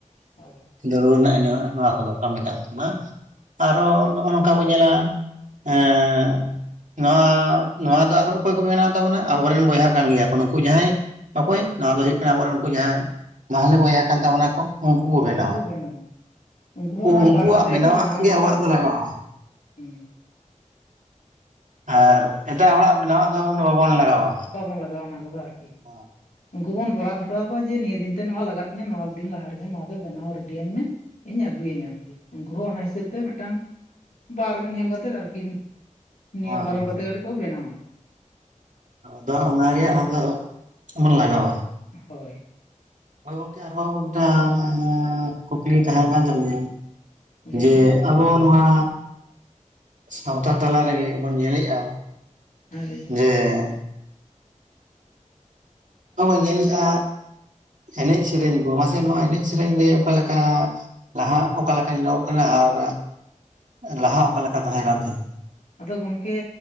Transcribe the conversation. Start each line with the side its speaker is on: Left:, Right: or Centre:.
Left: ᱦᱳᱭ᱾
Right: ᱫᱟᱹᱨᱩᱲ ᱨᱮᱱᱟᱜ ᱮᱸᱰᱮᱱᱟᱜ ᱱᱚᱣᱟ ᱠᱚᱫᱚ ᱠᱟᱹᱢᱤ ᱠᱟᱱᱟ ᱛᱟᱵᱚᱱᱟ, ᱟᱨᱦᱚ ᱱᱚᱜᱼᱚ ᱱᱚᱝᱠᱟ ᱵᱚ ᱧᱮᱞᱟ᱾ ᱮᱸᱻ ᱱᱚᱣᱟ, ᱱᱚᱣᱟ ᱫᱚ ᱟᱨᱦᱚᱸ ᱚᱠᱚᱭ ᱠᱚ ᱵᱮᱱᱟᱣ ᱛᱟᱵᱚᱱᱟ ᱟᱵᱚᱨᱮᱱ ᱵᱚᱭᱦᱟ ᱠᱟᱱ ᱜᱮᱭᱟ ᱠᱚ ᱱᱩᱠᱩ ᱡᱟᱦᱟᱸᱭ ᱚᱠᱚᱭ? ᱱᱚᱣᱟ ᱫᱚ ᱦᱩᱭᱩᱜ ᱠᱟᱱᱟ ᱟᱵᱚᱨᱮᱱ ᱩᱱᱠᱩ ᱡᱟᱦᱟᱸᱭ, ᱢᱟᱦᱞᱮ ᱵᱚᱭᱦᱟ ᱠᱟᱱ ᱛᱟᱵᱚᱱᱟ ᱠᱚ ᱩᱱᱠᱩ ᱠᱚ ᱵᱮᱱᱼᱼ
Left: ᱩᱱ ᱵᱮᱱᱟᱣᱟ᱾ ᱩᱱᱠᱩ ᱦᱚᱸ ᱚᱱᱟ
Right: ᱩᱱᱠᱩᱣᱟᱜ
Left: ᱵᱟᱨ ᱠᱟᱛᱮ
Right: ᱵᱮᱱᱟᱣᱟᱜ
Left: ᱜᱮᱠᱚ ᱵᱮᱱᱟᱣᱟ
Right: ᱜᱮ
Left: ᱚᱱᱟ
Right: ᱟᱵᱚᱣᱟᱜ
Left: ᱫᱚ ᱟᱨᱠᱤ
Right: ᱞᱟᱜᱟᱜᱼᱟ
Left: ᱦᱩᱸ᱾
Right: ᱟᱨ ᱮᱴᱟᱜ ᱦᱚᱲᱟᱜ ᱵᱮᱱᱟᱣᱟᱜ ᱫᱚ ᱚᱱᱰᱮ ᱵᱟᱵᱚᱱ ᱞᱟᱜᱟᱣᱟ᱾
Left: ᱵᱟᱵᱚᱱ ᱞᱟᱜᱟᱣᱟ ᱚᱱᱟ ᱠᱚᱫᱚ ᱟᱨᱠᱤ᱾
Right: ᱦᱚᱸ,
Left: ᱩᱱᱠᱩ ᱵᱚᱱ ᱵᱚᱨᱟᱛᱷ ᱚᱴᱚᱣᱟᱠᱚᱣᱟ ᱡᱮ ᱱᱤᱭᱟᱹ ᱫᱤᱱᱛᱮ ᱱᱚᱣᱟ ᱞᱟᱜᱟᱜ ᱛᱤᱧᱟᱹ ᱱᱚᱣᱟ ᱫᱤᱱ ᱞᱟᱦᱟ ᱨᱮᱜᱮ ᱱᱚᱣᱟ ᱫᱚ ᱵᱮᱱᱟᱣ ᱨᱮᱰᱤᱭᱟᱹᱧ ᱢᱮ᱾ ᱤᱧ ᱟᱹᱜᱩᱭᱟᱹᱧ ᱟᱨᱠᱤ, ᱩᱱᱠᱩ ᱦᱚᱸ ᱚᱱᱟ ᱦᱤᱥᱟᱹᱵᱽ ᱛᱮ ᱢᱤᱫᱴᱟᱝ, ᱵᱟᱨ ᱫᱤᱱ ᱧᱮᱞ ᱠᱟᱛᱮᱫ ᱟᱨᱠᱤᱱ, ᱱᱤᱭᱚᱢ
Right: ᱦᱳᱭ
Left: ᱯᱟᱨᱚᱱ
Right: ᱦᱳᱭ
Left: ᱠᱟᱛᱮᱫ ᱠᱟᱹᱴᱤᱡ ᱠᱚ ᱵᱮᱱᱟᱣᱟ᱾
Right: ᱫᱚ ᱚᱱᱟᱜ ᱨᱮᱭᱟᱜ ᱵᱟᱯᱞᱟ <unintelligible> ᱞᱟᱜᱟᱣᱟ᱾
Left: ᱦᱳᱭ
Right: ᱦᱳᱭ ᱜᱚᱝᱠᱮ ᱟᱨᱦᱚᱸ ᱢᱤᱫᱴᱟᱝᱻ ᱠᱩᱠᱞᱤ ᱛᱟᱦᱮᱸ ᱠᱟᱱ ᱛᱟᱞᱤᱧᱟ
Left: ᱞᱟᱹᱭ
Right: ᱡᱮ
Left: ᱵᱤᱱ
Right: ᱟᱵᱚ ᱱᱚᱣᱟ ᱥᱟᱶᱛᱟ ᱛᱟᱞᱟ ᱨᱮᱜᱮ ᱵᱚᱱ ᱧᱮᱞᱮᱜᱼᱟ᱾
Left: ᱦᱮᱸ ᱞᱟᱹᱭ ᱵᱤᱱ?
Right: ᱡᱮ ᱵᱚᱱ ᱧᱮᱞᱫᱟ ᱮᱱᱮᱡ ᱥᱮᱨᱮᱧ ᱠᱚ ᱢᱟᱥᱮ ᱱᱚᱣᱟ ᱮᱱᱮᱡ ᱥᱮᱨᱮᱧ ᱨᱮ ᱚᱠᱟ ᱞᱮᱠᱟ ᱞᱟᱦᱟᱜ ᱚᱠᱟᱞᱮᱠᱟ ᱧᱮᱞᱚᱠᱚᱜ ᱠᱟᱱᱟ ᱟᱨ ᱞᱟᱦᱟ ᱚᱠᱟᱞᱮᱠᱟ ᱛᱟᱦᱮᱸ ᱠᱟᱱ ᱛᱟᱸᱦᱮᱜ,
Left: ᱟᱫᱚ ᱜᱚᱢᱠᱮ